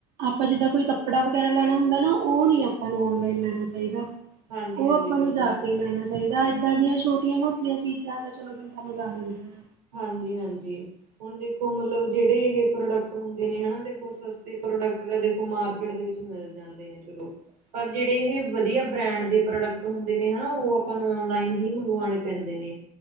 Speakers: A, on the right (about 45°); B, on the right (about 70°).
A: ਆਪਾਂ ਜਿੱਦਾਂ ਕੋਈ ਕੱਪੜਾ ਵਗੈਰਾ ਲੈਣਾ ਹੁੰਦਾ ਨਾ ਉਹ ਨੀ ਆਪਾਂ ਨੂੰ ਔਨਲਾਈਨ ਲੈਣਾ ਚਾਹੀਦਾ
B: ਹਾਂਜੀ
A: ਉਹ
B: ਹਾਂਜੀ
A: ਆਪਾਂ
B: ਬਿਲਕੁਲ
A: ਨੂੰ ਜਾ ਕੇ ਲੈਣਾ ਚਾਹੀਦਾ ਏਦਾਂ ਦੀਆਂ ਛੋਟੀਆਂ -ਮੋਟੀਆਂ ਚੀਜ਼ਾਂ ਤਾਂ ਚਲੋ ਬੰਦਾ ਮੰਗਾ ਲੈਂਦਾ ਹੈ
B: ਹਾਂਜੀ - ਹਾਂਜੀ। ਹੁਣ ਦੇਖੋ ਮਤਲਬ ਜਿਹੜੇ ਇਹ ਪ੍ਰੋਡਕਟ ਹੁੰਦੇ ਨੇ ਹਨਾ, ਦੇਖੋ ਸਸਤੇ ਪ੍ਰੋਡਕਟ ਦਾ ਦੇਖੋ ਮਾਰਕੀਟ ਦੇ ਵਿੱਚ ਮਿਲ ਜਾਂਦੇ ਨੇ ਚਲੋ ਪਰ ਜਿਹੜੇ ਇਹ ਵਧੀਆ ਬਰੈਂਡ ਦੇ ਪ੍ਰੋਡਕਟ ਹੁੰਦੇ ਨੇ ਹਨਾ ਉਹ ਆਪਾਂ ਨੂੰ ਔਨਲਾਈਨ ਹੀ ਮੰਗਵਾਉਣੇ ਪੈਂਦੇ ਨੇ